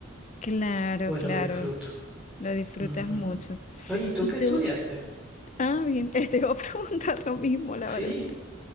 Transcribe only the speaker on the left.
Claro,
claro,
lo disfrutas
mucho.
Y
tú,
ah, bien, <laughs> te iba a preguntar lo mismo, la
verdad.